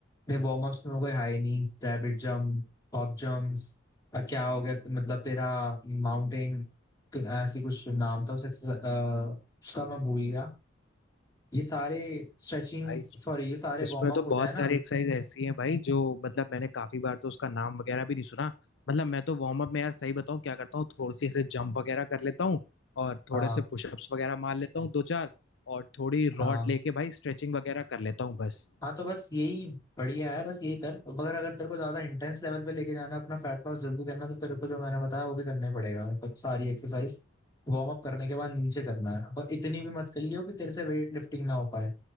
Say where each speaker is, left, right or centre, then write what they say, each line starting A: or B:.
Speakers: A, on the left (about 20°); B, on the left (about 65°).
A: मेरे वार्म अप्स में हो गए high knees rabbit jump hop jumps और क्या हो गया त- मतलब तेरा माउंटेन ऐसी कुछ नाम था उस exercise- अ, उसका मैं भूल गया ये सारे स्ट्रेचिंग
B: भाई
A: सॉरी ये सारे
B: इसमें
A: वार्म अप
B: तो
A: हो जाए
B: बहुत
A: ना
B: सारी एक्सरसाइज ऐसी हैं भाई जो मतलब मैंने काफी बार तो उसका नाम वगैरह भी नहीं सुना मतलब मैं तो वार्म अप में यार सही बताऊं क्या करता हूँ थोड़ी सी ऐसे जंप वगैरह कर लेता हूँ और थोड़े
A: हाँ
B: से पुशअप्स वगैरह मार लेता हूँ दो चार और थोड़ी
A: हाँ
B: रॉड लेके भाई स्ट्रेचिंग वगैरह कर लेता हूँ बस
A: हाँ तो बस यही बढ़िया है बस यही कर मगर अगर तेरे को ज्यादा इंटेंस लेवल पे लेके जाना अपना फैट लॉस जल्दी करना तो तेरे को जो मैंने बताया वो भी करना ही पड़ेगा मतलब सारी एक्सरसाइज वार्म अप करने के बाद नीचे करना है पर इतनी भी मत कर लियो कि तेरे से वेट लिफ्टिंग ना हो पाए